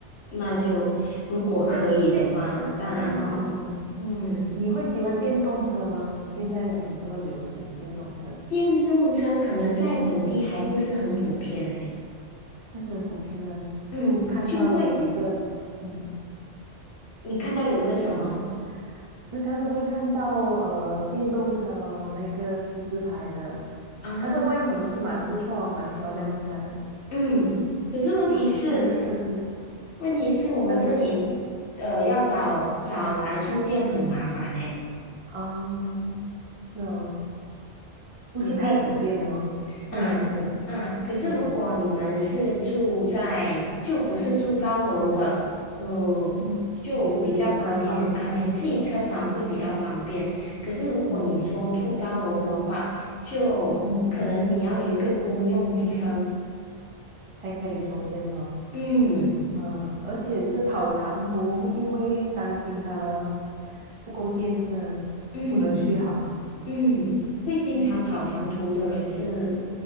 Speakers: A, on the left; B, on the right.
A: 那就如果可以的话，
B: 那电，
A: 呢，当然咯。
B: 啊，
A: 嗯，
B: 你会喜欢电动车吗？现在我们这么流行电动车，
A: 电动车可能在本地还不是很普遍呢。
B: 不是很普遍啊。
A: 嗯，
B: 就看到有一个，
A: 就会
B: 嗯，
A: 你看到有个什么
B: 我我时常都会看到呃电动车咯，那个 T 字牌的，
A: 啊？
B: 它的外形是蛮不错哦蛮漂亮一下的
A: 嗯，可是问题是，
B: 啊，它的设计，
A: 问题是我们这里呃要找找来充电很麻烦呢。
B: 但是啊，那、哦，不是太普遍哦，
A: 你会有
B: 会员会员，
A: 啊啊，可是如果你们是住在就不是住高楼的，
B: 嗯
A: 呃，
B: 嗯，
A: 就比较方便啊，
B: 有自己的车房，<laughs>
A: 有自己车房会比较方便。可是如果你说住高楼的话，
B: 嗯对，
A: 就可能你要有一个公用地方。
B: 嗯才可以充电哦，
A: 嗯
B: 啊，而且是跑长途又会担心它不够电是吧不能续航，
A: 嗯。嗯，会经常跑长途的人是
B: 嗯